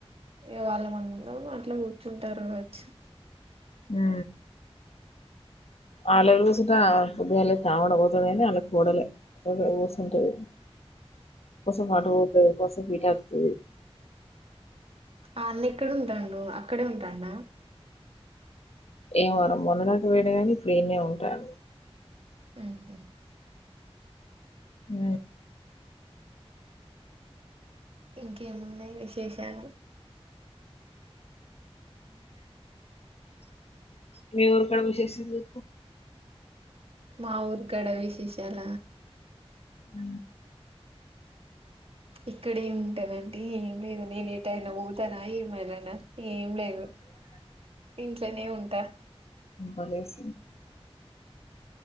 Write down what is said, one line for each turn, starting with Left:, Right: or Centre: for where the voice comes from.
Right: ఇవాళ్ళ అందరం అట్లే కూర్చుంటారు కావచ్చు
Left: ఉ ఆలళ కూర్సుంటే పుద్దిగాళ తాముడా పోతున్నా కాని వాళ్ళ కూడలే కూ కూస్తుంటది కస మాటవతు కస ట్తు
Right: ఆ అన్న ఎక్కడ ఉంటాండు అక్కడే ఉంటాన్న
Left: ఏమో మరి మొన్నదాక పోయిండుగాని ఇప్పుడు ఈడనే ఉంటాండు
Right: ఆహా
Left: అ
Right: ఇంకేమున్నాయి విశేషాలు
Left: మీ ఊరుకడ విశేషమేమి
Right: మా ఊరు కడ విశేషాల
Left: హ
Right: ఇక్కడ ఏమింటానంటీ ఏం లేదు నేను ఏటైనా పోఊతానా ఏమైనానా ఏం లేదు ఇంట్లోనే ఉంటా
Left: బలేస